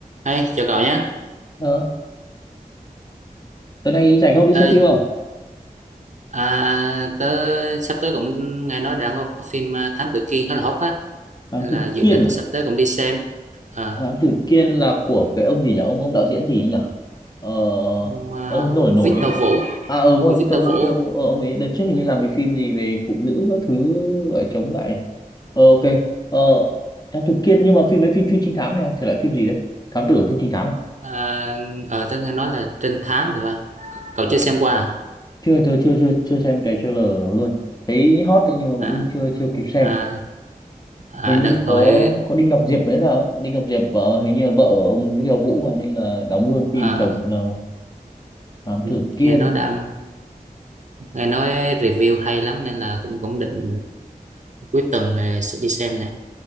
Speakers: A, on the right; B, on the left.
A: Hey, chào cậu nhé.
B: Ờ, tới nay rảnh không đi
A: Ờ,
B: xem phim không?
A: à, tớ sắp tới cũng nghe nói đang có phim à, Thám Tử Kiên khá là hot á,
B: Thám
A: nên
B: tử
A: là dự
B: Kiên
A: định
B: à?
A: sắp tới cũng đi xem. Ờ,
B: Thám tử Kiên là của cái ông gì nhỉ? Ông ông đạo diễn gì ấy nhỉ? Ờ,
A: ông, à,
B: ông ấy
A: ông
B: nổi nổi
A: Victor
B: ấy.
A: Vũ,
B: À ừ, ngoài
A: ông
B: Victor
A: Victor
B: Vũ,
A: Vũ.
B: Victor Vũ. Ờ, ông ấy đợt trước hình như làm cái phim gì về phụ nữ các thứ gọi là chống lại. Ờ, ok. Ờ, Thám tử Kiên nhưng mà phim đấy phim phim trinh thám hay là thể loại phim gì đấy? Thám tử phim trinh thám à?
A: À, ờ, tớ nghe nói là trinh thám rồi. phải. Cậu
B: Ồ.
A: chưa xem qua à?
B: Chưa, tôi chưa chưa chưa xem cái trailer nó luôn. Thấy hot đấy nhưng mà
A: À,
B: cũng chưa chưa kịp xem.
A: à, à
B: hình
A: đợt
B: như có
A: rồi.
B: có Đinh Ngọc Diệp đấy sao ấy Đinh Ngọc Diệp vợ hình như là vợ ông Đinh Ngọc Vũ mà nên là đóng luôn phim
A: à,
B: chồng là Thám
A: ừ,
B: Tử Kiên
A: nghe nói đang nghe nói review hay lắm nên là cũng cũng định cuối tuần này sẽ đi xem này.